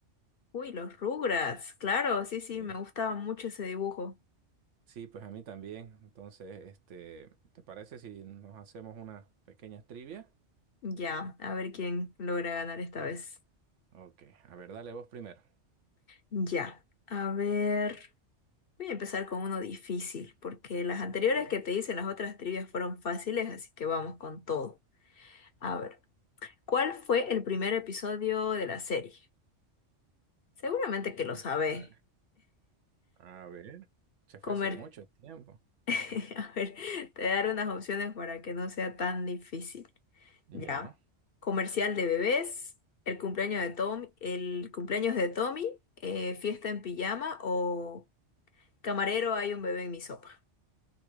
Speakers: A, on the left; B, on the right.
A: Uy, los Rugrats, claro, sí, sí,
B: Sí.
A: me gustaba mucho ese dibujo.
B: Sí, pues a mí también. Entonces, este, ¿te parece si nos hacemos unas pequeñas trivias?
A: Ya, a ver quién logra ganar esta vez.
B: Ok, a ver, dale vos primero.
A: Ya, a ver, voy a empezar con uno difícil, porque las anteriores
B: Ya.
A: que te hice, las otras trivias fueron fáciles, así que vamos con todo. A ver, ¿cuál fue el primer episodio de la serie? Seguramente que
B: Ah,
A: lo sabés.
B: caray. A ver, se fue
A: Comer.
B: hace mucho tiempo.
A: <laughs> A ver, te daré unas opciones para que no sea tan difícil.
B: Ya.
A: Ya. Comercial de bebés, el cumpleaños de Tommy, el cumpleaños de Tommy, eh, fiesta en pijama o camarero hay un bebé en mi sopa.